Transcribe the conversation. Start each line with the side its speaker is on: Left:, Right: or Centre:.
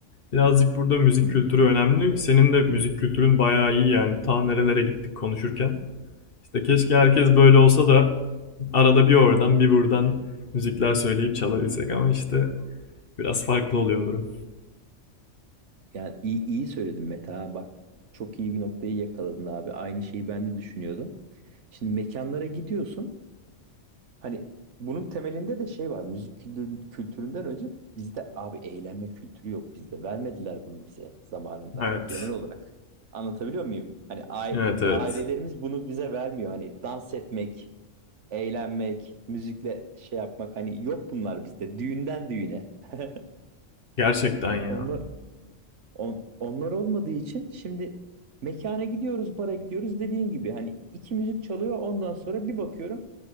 Left: Birazcık burada müzik
Right: Hı hı.
Left: kültürü önemli. Senin de müzik kültürün bayağı iyi yani ta nerelere gittik konuşurken. İşte keşke herkes böyle olsa da arada bir oradan bir buradan müzikler söyleyip çalabilsek ama işte biraz farklı oluyor durum.
Right: Yani iyi, iyi söyledin Mete ha. Bak çok iyi bir noktayı yakaladın abi. Aynı şeyi ben de düşünüyordum. Şimdi mekanlara gidiyorsun. Hani bunun temelinde de şey var. Müzik kültürün- kültüründen önce bizde abi eğlenme kültürü yok bizde. Vermediler bunu bize zamanında.
Left: Evet.
Right: Hani genel olarak. Anlatabiliyor muyum? Hani ai-
Left: Evet evet.
Right: ailelerimiz bunu bize vermiyor. Hani dans etmek, eğlenmek, müzikle şey yapmak. Hani yok bunlar bizde. Düğünden düğüne. <laughs>
Left: Gerçekten ya.
Right: Onlar, On- onlar olmadığı için şimdi mekana gidiyoruz, bara gidiyoruz dediğin gibi hani iki müzik çalıyor ondan sonra bir bakıyorum